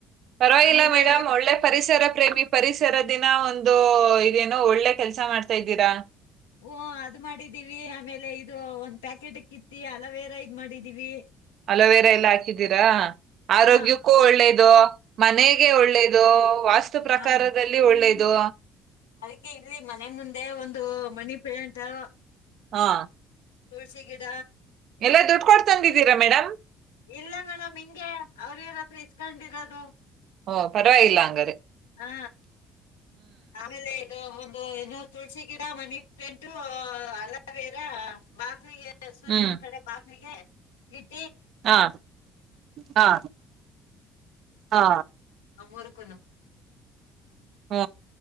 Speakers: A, on the right (about 55°); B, on the left (about 85°).
A: ಪರವಾಗಿಲ್ಲ
B: ಆಮೇಲೆ
A: ಮೇಡಮ್ ಒಳ್ಳೆ ಪರಿಸರ ಪ್ರೇಮಿ ಪರಿಸರ ದಿನ ಒಂದು ಇದೇನೋ ಒಳ್ಳೆ ಕೆಲ್ಸ ಮಾಡ್ತಾ ಇದ್ದೀರಾ
B: ಓ ಅದು ಮಾಡಿದೀವಿ ಆಮೇಲೆ ಇದು ಒಂದ್ ಪ್ಯಾಕೆಟ್ <unintelligible> ಕಿತ್ತಿ ಅಲೋವೆರಾ ಇದ್ ಮಾಡಿದೀವಿ
A: ಅಲೋವೇರಾ ಎಲ್ಲ ಹಾಕಿದ್ದೀರಾ ಆರೋಗ್ಯಕ್ಕೂ
B: ಹಾ
A: ಒಳ್ಳೇದು ಮನೆಗೆ ಒಳ್ಳೇದು ವಾಸ್ತು ಪ್ರಕಾರದಲ್ಲಿ
B: ಹಾ
A: ಒಳ್ಳೇದು
B: ಅದಕ್ಕೆ ಇರಲಿ ಮನೆ ಮುಂದೆ ಒಂದು ಮನಿ ಪಂಟ್ <unintelligible>
A: ಹಾ
B: ತುಳಸಿ ಗಿಡ
A: ಎಲ್ಲ ದುಡ್ಡು ಕೊಡ್ ತಂದಿದ್ದೀರಾ ಮೇಡಮ್
B: ಇಲ್ಲ ಮೇಡಮ್ ಹಿಂಗೆ ಅವ್ರ ಇವ್ರ ಹತ್ರೀ <unintelligible> ಕಂಡರದು <unintelligible>
A: ಓ ಪರವಾಗಿಲ್ಲ ಹಂಗಾದ್ರೆ
B: ಹಾ ಆಮೇಲೆ ಇದು <unintelligible> <unintelligible> ಏನೋ ತುಳಸಿ ಗಿಡ ಮನಿ ಪ್ಲಾಂಟ್ ಅಲೋವೆರಾ ಬಾಕ್ಲಿಗೆ ಸೂರ್ಯನ್
A: ಹ್ಮ್
B: ಕಡೆ ಬಾಗಲಿಗೆ ಇ <inaudible>
A: ಹಾ ಹಾ ಹಾ
B: ಅವ್ ಮುರುಕುನು
A: ಹು